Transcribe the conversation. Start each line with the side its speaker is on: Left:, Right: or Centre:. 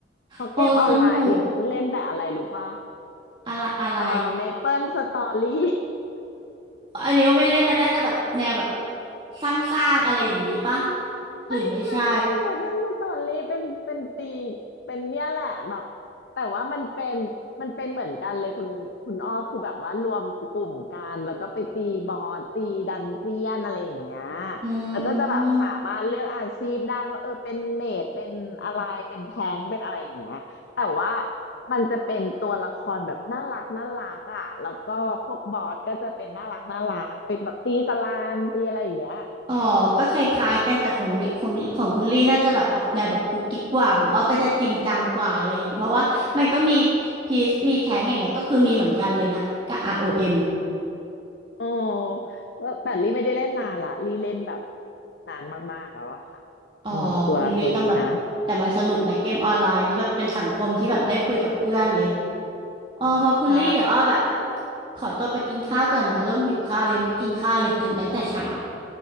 Left: เพราะเกมออนไลน์ลี่เล่นแต่อะไรรู้ป่ะ
Right: โอ้สนุกอะไรอะไร
Left: เอ่อเมเปิลสตอรี่
Right: อันนี้ก็ไม่เล่นมันน่าจะแบบแนวแบบสร้างๆอะไรอย่างนี้ปะหรือไม่ใช่
Left: ไม่ใช่เมดเปิ้ลสตอรี่เป็นเป็นตีเป็นเนี่ยแหละแบบแต่ว่ามันเป็นมันเป็นเหมือนกันเลยคุณคุณอ้อคือแบบว่ารวมกลุ่มกันแล้วก็ไปตีบอสตีดันเจียนอะไรอย่างเงี้ย
Right: อืม
Left: แล้วก็จะแบบสามารถเลือกอาชีพได้ว่าเออเป็นเมดเป็นอะไรเป็นแทงค์เป็นอะไรอย่างเงี้ยแต่ว่ามันจะเป็นตัวละครแบบน่ารักน่ารักอ่ะแล้วก็พวกบอสก็จะเป็นน่ารักน่ารักเป็นแบบตีสลามตีอะไรอย่างเงี้ย
Right: อ๋อก็คล้ายๆกันแต่ของลิของของคุณลี่น่าจะแบบออกแนวแบบกุ๊กกิ๊กกว่าของอ้อก็จะจริงจังกว่าอะไรอย่างงี้เพราะว่ามันก็มีพีซมีแท้งอย่างเงี้ยก็คือมีเหมือนกันเลยนะกับอ o m อเอ็มอ่ะ
Left: โอ้ว่าแต่ลี่ไม่ได้เล่นนานละลี่เล่นแบบนานมากๆแล้วอะค่ะ
Right: อ๋อคุณลี่ต้องแบบแต่มันสนุกนะเกมออนไลน์นี่แบบเป็นสังคมที่แบบได้คุยกับเพื่อนเลย
Left: อืมตัวตัวนี้นะ
Right: อ๋อพอคุณลี่เดี๋ยวอ้อแบบ
Left: ใช่
Right: ขอตัวไปกินข้าวก่อนนะเริ่มหิวข้าวเลยไม่กินข้าวเลยตื่นตั้งแต่เช้า